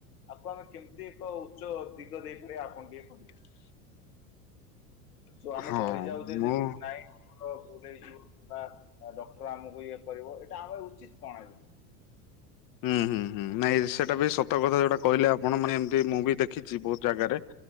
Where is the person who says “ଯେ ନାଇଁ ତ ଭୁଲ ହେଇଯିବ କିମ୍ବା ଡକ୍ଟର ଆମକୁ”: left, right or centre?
Left